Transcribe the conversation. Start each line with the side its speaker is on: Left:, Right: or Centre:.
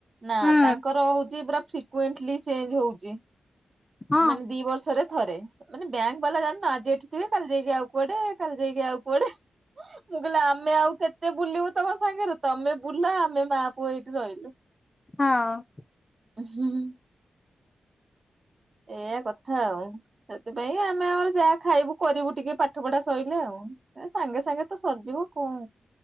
Right: ନା
Left: ହୁଁ
Right: ତାଙ୍କର ହଉଛି ପୁରା ଫ୍ରୀକୁଇଂଟଲି ଚେଞ୍ଜ ହଉଛି।
Left: ହଁ
Right: ମାନେ ଦିିବର୍ଷରେ ଥରେ ମାନେ ବ୍ୟାଙ୍କ ବାଲା ଜାଣିନା ଯେ ଏଠି ଥିବେ କାଲି ଯେଇକି ଆଉ କୁଆଡେ କାଲି ଯେଇକି ଆଉ କୁଆଡେ। ମୁଁ କହିଲି ଆମେ ଆଉ କେତେ ବୁଲିବୁ ତମ ସାଙ୍ଗରେ? ତମେ ବୁଲ ଆମେ ମା ପୁ ପୁଅ ଏଇଠି ରହିଲୁ।
Left: ହଁ
Right: ହଁ ହୁଁ ଏୟା କଥା ଆଉ। ସେଥିପାଇଁ ଆମେ ଆମର ଯାହା ଖାଇବୁ କରିବୁ ଟିକେ ପାଠ ପଢା ସରିଲେ ଆଉ। ଏ ସାଙ୍ଗେ ସାଙ୍ଗେ ତ ସରିଯିବ କଣ।